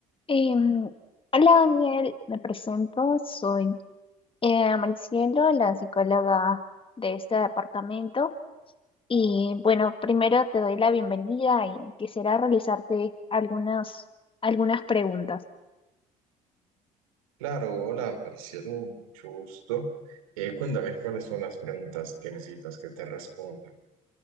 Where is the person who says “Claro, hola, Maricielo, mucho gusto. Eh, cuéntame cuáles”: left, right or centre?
Right